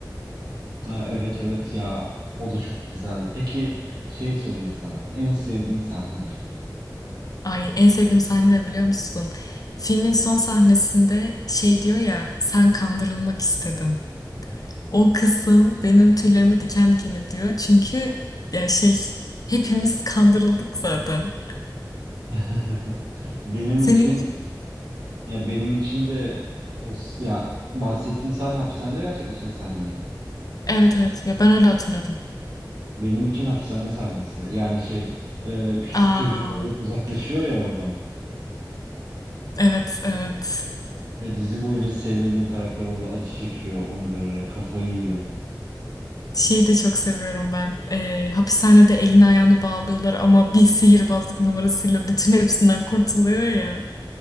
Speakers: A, on the right (about 65°); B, on the left (about 55°).
A: Ha, evet evet ya o da çok güzel peki şey sorayım sana en sevdiğin sahne ne?
B: Ay en sevdiğim sahne de biliyor musun? Filmin son sahnesinde şey diyor ya sen kandırılmak istedin. O kısım benim tüylerimi diken diken ediyor. Çünkü ya şey hepimiz kandırıldık zaten.
A: <laughs> Benim
B: Senin
A: için Ya benim için de o s- ya bahsettiğin sahne hapishanede gerçekleşen sahne miydi?
B: evet evet ya ben öyle hatırlıyorum.
A: Benim için hapishane sahnesi. Yani şey e, küçük
B: Aa
A: çocuğu alıp uzaklaşıyor ya oradan.
B: evet evet.
A: Ve dizi boyunca sevmediğim karakter orada acı çekiyor onu görerek kafayı yiyor.
B: Şeyi de çok seviyorum ben. Ee, hapishanede elini ayağını bağlıyorlar ama bir sihirbazlık numarasıyla bütün hepsinden kurtuluyor ya.